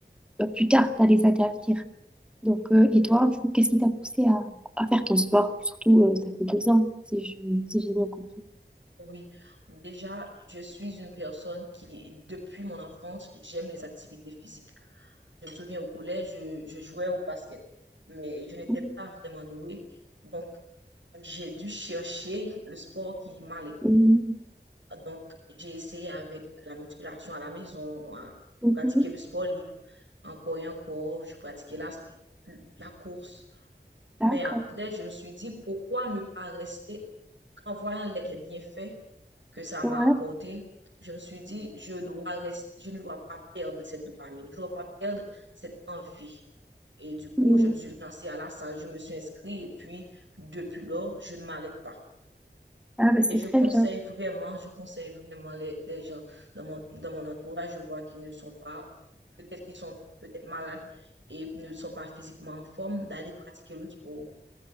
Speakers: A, in the centre; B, on the right.
A: euh, euh, plus tard dans les années à venir. Donc, euh, et toi, du coup, qu'est-ce qui t'a poussé à, à faire ton sport? Surtout, euh, ça fait deux ans, si je, si j'ai bien compris.
B: Oui, déjà, je suis une personne qui, depuis mon enfance, j'aime les activités physiques. Je me souviens au collège, je, je jouais au basket, mais je n'étais
A: Mhm.
B: pas vraiment douée. Donc, j'ai dû chercher le sport qui m'allait.
A: Mhm.
B: Donc, j'ai essayé avec la musculation à la maison, à
A: Mhm.
B: pratiquer le sport libre, encore et encore, je pratiquais la, la course.
A: D'accord.
B: Mais après, je me suis dit, pourquoi ne pas rester, en voyant les, les bienfaits que ça
A: Ouais.
B: m'a apporté, je me suis dit, je dois rester, je ne dois pas perdre cette dopamine, je ne dois pas perdre cette envie. Et du coup,
A: Mm.
B: je me suis lancée à la salle, je me suis inscrite et puis, depuis lors, je ne m'arrête pas.
A: Ah, bah, c'est
B: Et je
A: très
B: conseille
A: bien.
B: vraiment, je conseille vraiment les, les gens dans mon, dans mon entourage. Je vois qu'ils ne sont pas, peut-être qu'ils sont peut-être malades et ne sont pas physiquement en forme d'aller pratiquer le sport.